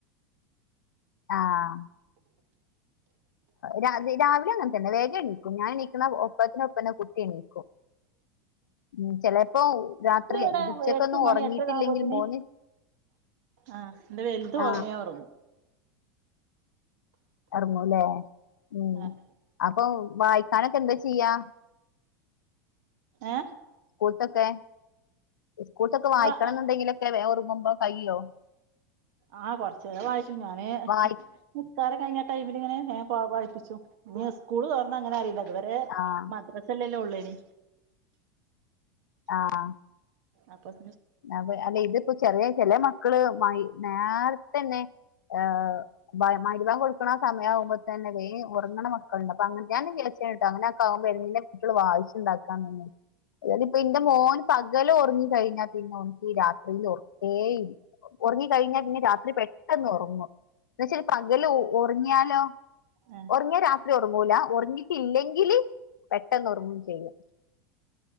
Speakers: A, on the left (about 80°); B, on the right (about 60°).
A: ആഹ് രാവിലെ അങ്ങനെ തന്നെ വേഗം എണീക്കും. ഞാൻ എണീക്കുന്ന ഒപ്പത്തിന് ഒപ്പന്നെ കുട്ടി എണീക്കും. ഉം ചെലേപ്പോ രാത്രി
B: ഇവിടെ
A: ഉച്ചക്കൊന്നും
B: എട്ട് മണി
A: ഒറങ്ങീട്ടില്ലെങ്കിൽ
B: എട്ടര ആവുമ്പോത്തിന്
A: മോന്
B: ആഹ് ഇന്റെ വൽത്
A: ആ
B: ഒറങ്ങ്യാ ഒറങ്ങും.
A: ഒറങ്ങു ലേ. ഉം
B: ആഹ്
A: അപ്പൊ വായിക്കാനൊക്കെ എന്താ ചെയ്യാ
B: ഏഹ്.
A: സ്കൂൾത്തൊക്കെ സ്കൂൾത്തൊക്കെ
B: ഏഹ്
A: വായിക്കണം ഇന്ന്ണ്ടെങ്കിലൊക്കെ വേം ഒറങ്ങുമ്പോ കയ്യൊ
B: ആഹ് കൊറചെരം വായിച്ചു ഞാന്
A: വായി
B: നിസ്ക്കാരം കഴിഞ്ഞ ടൈമിലിങ്ങനെ പോക വായ്പ്പിച്ചും ഞ്ഞി സ്കൂള് തോറന്നാ ങ്ങന അറിയില്ല ത് വരെ ഏഹ്
A: ആഹ്
B: മദ്രാസല്ലല്ലേ ഉള്ളേനി
A: ആഹ്.
B: അപ്പം
A: അപ്പോ അല്ലേ ഇതിപ്പോ ചെറിയ ചെലെ മക്കള് നേർത്തന്നെ ഏയ് മ മഗ്രി ബാങ്കോടുക്ക്ണ സമയാകുമ്പോ തന്നെ വേം ഉറങ്ങണ മ ക്കളുണ്ട് അപ്പൊ ഞാനും വിചാരിച്ച് ട്ടോ അങ്ങനൊക്കെവുമ്പോ എങ്ങനെ കുട്ടികള് വായിച്ചുണ്ടാക്കാ അതായത് ഇപ്പൊ ന്റെ മോന് പകല് ഒറ്ങ്ങി കഴിഞ്ഞാൽ. പിന്നെ ഓന്ക് രാത്രിയിൽ ഉറക്കേ ഉറങ്ങി കഴിഞ്ഞാൽ പിന്നെ രാത്രി പെ കെടന്നു ഉറങ്ങു പക്ഷേ ഈ പകല് ഒ ഉറങ്ങിയാലോ
B: ഏഹ്
A: ഉറങ്ങിയ രാ ത്രി ഒറങ്ങൂല ഉറങ്ങിട്ടില്ലെങ്കില് പെട്ടെന്ന് ഒറങ്ങും ചെയ്യും